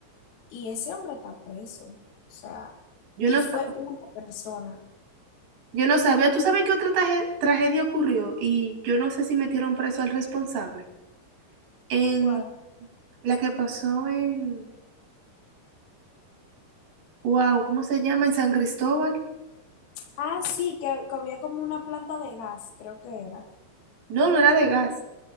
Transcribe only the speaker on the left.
Y ese hombre está preso. O sea,
y
fue
una persona.
¿Cuál?
Ah, sí, que, que había como una planta de gas, creo que era.